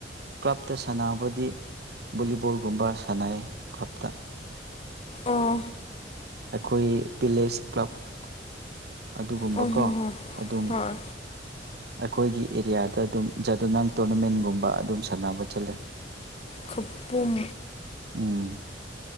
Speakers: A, on the right; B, on the left.
A: ꯀ꯭ꯂꯞꯇ ꯁꯥꯟꯅꯕꯗꯤ ꯕꯣꯂꯤꯕꯣꯜꯒꯨꯝꯕ ꯁꯥꯟꯅꯩ ꯀ꯭ꯂꯞꯇ
B: ꯑꯣ
A: ꯑꯩꯈꯣꯏ ꯚꯤꯂꯦꯖ ꯀ꯭ꯂꯕ ꯑꯗꯨꯒꯨꯝꯕꯀꯣ
B: ꯑꯣ ꯍꯣ ꯍꯣ
A: ꯑꯗꯨꯝ
B: ꯍꯣꯏ
A: ꯑꯩꯈꯣꯏꯒꯤ ꯑꯦꯔꯤꯌꯥꯗ ꯑꯗꯨꯝ ꯖꯥꯗꯨꯅꯥꯡ ꯇꯣꯔꯅꯃꯦꯟꯒꯨꯝꯕ ꯑꯗꯨꯝ ꯁꯥꯟꯅꯕ ꯆꯠꯂꯦ
B: ꯈꯄꯨꯝ
A: ꯎꯝ